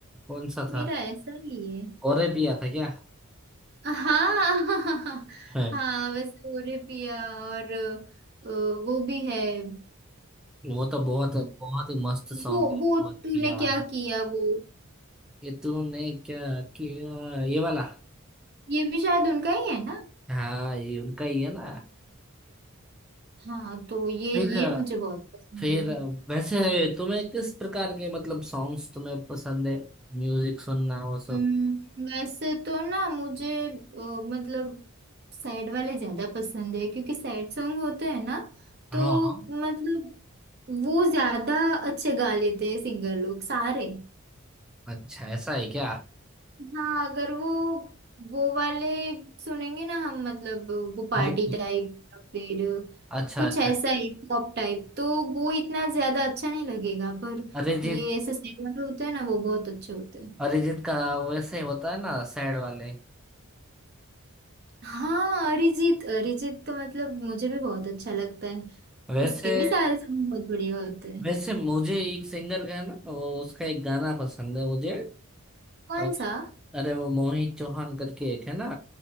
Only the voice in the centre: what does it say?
कौन सा था
और पिया था क्या
है
वो तो बहुत बहुत ही मस्त सॉन्ग
है
बहुत
पिया वाला
ये तूने क्या किया ये वाला
हाँ ये उनका ही है ना
फिर
फिर
अ, वैसे तुम्हें किस प्रकार के मतलब सॉन्ग्स तुम्हें पसंद है म्यूजिक सुनना वो सब
हाँ
हाँ।
अच्छा ऐसा है क्या
अरे
अच्छा
अच्छा
अरिजीत
अरिजीत का वैसे होता है ना सैड वाले
वैसे
वैसे मुझे एक सिंगर का है ना वो उसका एक गाना पसंद है मुझे
और
अरे वो मोहित चौहान करके एक है ना